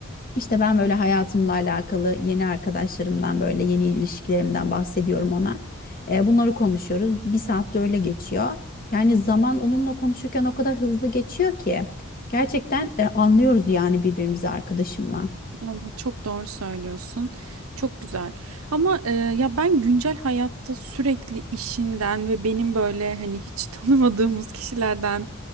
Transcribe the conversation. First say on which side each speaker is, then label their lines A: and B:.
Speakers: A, on the left (about 45°); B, on the right (about 85°).
A: işte ben böyle hayatımla alakalı yeni arkadaşlarımdan böyle yeni ilişkilerimden bahsediyorum ona. E, bunları konuşuyoruz. Bir saatte öyle geçiyor. Yani zaman onunla konuşurken o kadar hızlı geçiyor ki gerçekten e, anlıyoruz yani birbirimizi arkadaşımla.
B: Aynen, Çok doğru söylüyorsun. Çok güzel. Ama e, ya ben güncel hayatta sürekli işinden ve benim böyle hani hiç <laughs> tanımadığımız kişilerden